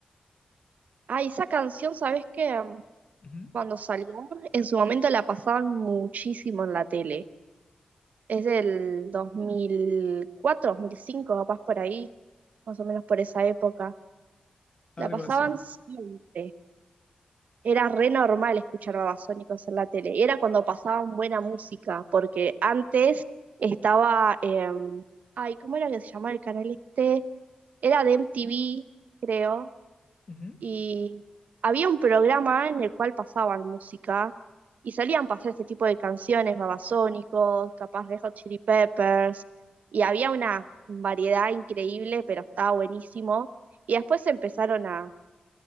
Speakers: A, on the right; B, on the left.
A: Ah, esa canción, ¿sabes qué? Am,
B: Ujú,
A: Cuando salió, en su momento la pasaban muchísimo en la tele. Es del dos dos mil cuatro, dos mil cinco, capaz por ahí, más o menos por esa época.
B: Algo
A: La pasaban
B: así.
A: siempre. era re normal escuchar Babasónicos en la tele. Era cuando pasaban buena música, porque antes estaba, eh, ay, ¿cómo era que se llamaba el canal este? Era de MTV, creo,
B: Ujú.
A: y había un programa en el cual pasaban música y salían pasar ese tipo de canciones, Babasónicos, capaz de Hot Chili Peppers, y había una variedad increíble, pero estaba buenísimo. Y después empezaron a,